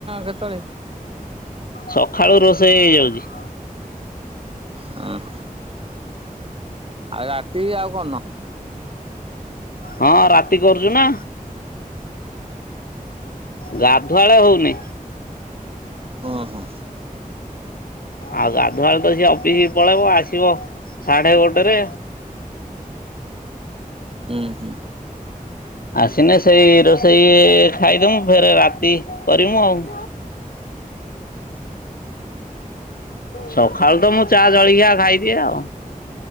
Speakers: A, on the right; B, on the left.
A: କେତେଳେ।
B: ସକାଳୁ ରୋଷେଇ ହେଇଯାଉଛି।
A: ହଁ ଆଉ ରାତି ଆଉ କରୁନ।
B: ହଁ ରାତି। ତି କରୁଛୁ ନା। ଗାଧୁଆଳେ ହଉନି।
A: ଓ ହଁ।
B: ଆଉ ଗାଧୁଆଳୋ ତ ସେ ଅଫିସ ପଳେଇବ ଆସିବ ସାଢେ ଗୋଟେରେ।
A: ହୁଁ ହୁଁ।
B: ଆସନେ ସେଇ ରୋଷେଇ ଖାଇଦମୁ ଫେରେ ରାତି କରିମୁ ଆଉ। ସକାଳୁ ତ ମୁଁ ଚା ଜଳଖିଆ ଖାଇଦିଏ ଆଉ।